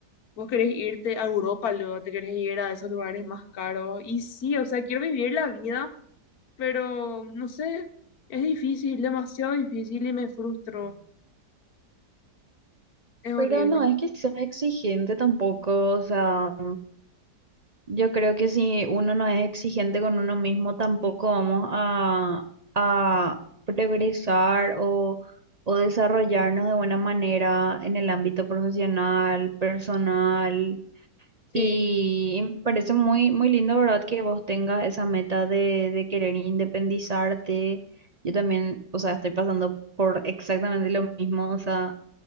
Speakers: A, on the left; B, on the right.
A: vos querés irte a Europa, luego te querés ir a esos lugares más caros. Y sí, o sea, quiero vivir la vida, pero no sé, es difícil, demasiado difícil y me frustro, es horrible.
B: pero no es que sea exigente tampoco, o sea, Yo creo que si uno no es exigente con uno mismo, tampoco vamos a, a progresar o, o desarrollarnos de buena manera en el ámbito profesional, personal.
A: Sí,
B: Y me parece muy, muy lindo, ¿verdad? Que vos tengas esa meta de, de querer independizarte. Yo también, o sea, estoy pasando por exactamente lo mismo, o sea.